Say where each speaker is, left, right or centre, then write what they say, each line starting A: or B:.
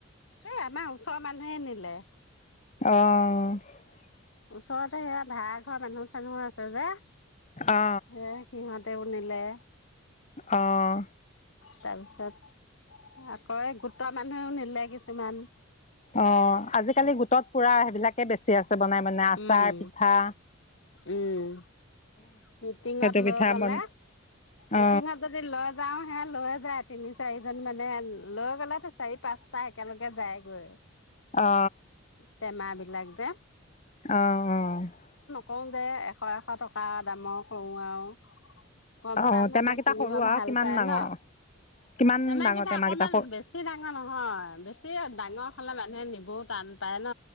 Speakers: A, on the left (about 65°); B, on the left (about 35°).
A: এই আমাৰ ওচৰৰ মানুহে নিলে।
B: অহ
A: ওচৰতে সেয়া ভাড়া ঘৰ মানুহ চানো আছে। কি
B: অ
A: যে এ কিহতে নিলে।
B: অহ
A: তাৰপিছত। আকৌ গোটৰ মানুহেও নিলে কিছুমান।
B: অ' আজিকালি গোটত পুৰা সেইবিলাক। একে বেছি আছে। বনাই বনাই আচাৰ
A: উম
B: পিঠা
A: উম মিটিংত
B: সেইটো
A: লৈ
B: পিঠা
A: গলে
B: বন
A: মিটিংত
B: অ
A: যদি লৈ যাওং হে লৈ যায়। তিনি চাৰিজন মানে লৈ গ'লে তো চাৰি পাঁচটা একেলগে যায়গৈ।
B: অ
A: তেমা <inaudible> লাগ দে
B: অহ! অহ!
A: কওঁ যে, এশ, এশ টকাত দামৰ কৰোঁ আৰু, কম
B: অ
A: দাম
B: টেমাকেইটা
A: হ'লে কিনিব
B: সৰু আৰু
A: ভাল
B: কিমান
A: পায়
B: ডাঙৰ
A: ন।
B: কিমান
A: তেমাকেইটা
B: ডাঙৰ টেমাকেইটা
A: অকমান
B: সৰু
A: বেছি ডাঙৰ নহয়। বেছি ডাঙৰ হলে মানুহে নিবও টান পায় ন।